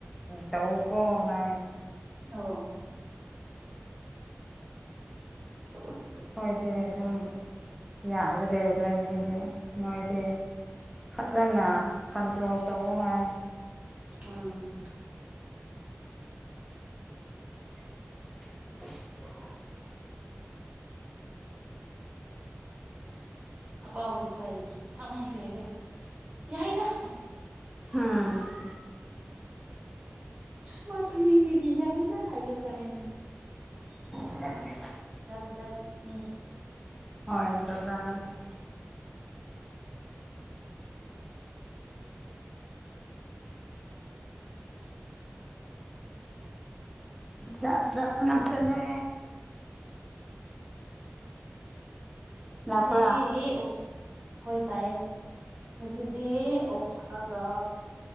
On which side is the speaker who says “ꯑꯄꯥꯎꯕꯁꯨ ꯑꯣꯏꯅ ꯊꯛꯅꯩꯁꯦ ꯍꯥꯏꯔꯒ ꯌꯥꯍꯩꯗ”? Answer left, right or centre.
Right